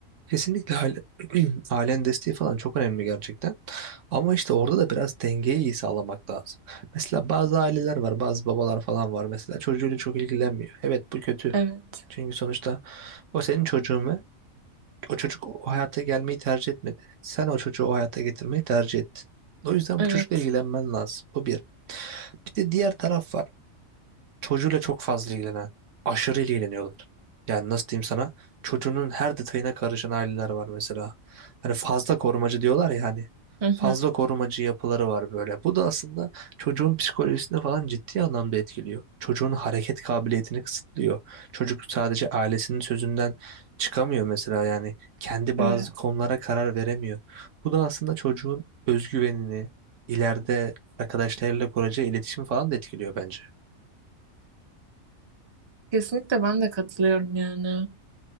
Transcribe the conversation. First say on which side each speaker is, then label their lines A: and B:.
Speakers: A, on the right (about 70°); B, on the right (about 40°).
A: Kesinlikle aile, <clears throat> ailenin desteği falan çok önemli gerçekten. Ama işte orada da biraz dengeyi iyi sağlamak lazım. Mesela bazı aileler var, bazı babalar falan var mesela çocuğuyla çok ilgilenmiyor. Evet bu kötü.
B: Evet.
A: Çünkü sonuçta o senin çocuğun ve o çocuk o hayata gelmeyi tercih etmedi. Sen o çocuğu o hayata getirmeyi tercih ettin. O yüzden
B: Evet.
A: bu çocukla ilgilenmen lazım. Bu bir. Bir de diğer taraf var. çocuğuyla çok fazla ilgilenen, aşırı ilgileniyorlar. Yani nasıl diyeyim sana? Çocuğunun her detayına karışan aileler var mesela. Hani fazla korumacı diyorlar ya hani.
B: Hı hı.
A: Fazla korumacı yapıları var böyle. Bu da aslında çocuğun psikolojisini falan ciddi anlamda etkiliyor. Çocuğun hareket kabiliyetini kısıtlıyor. Çocuk sadece ailesinin sözünden çıkamıyor mesela yani. Kendi
B: Evet.
A: bazı konulara karar veremiyor. Bu da aslında çocuğun özgüvenini, ileride arkadaşlarıyla kuracağı iletişimi falan da etkiliyor bence.
B: Kesinlikle ben de katılıyorum yani.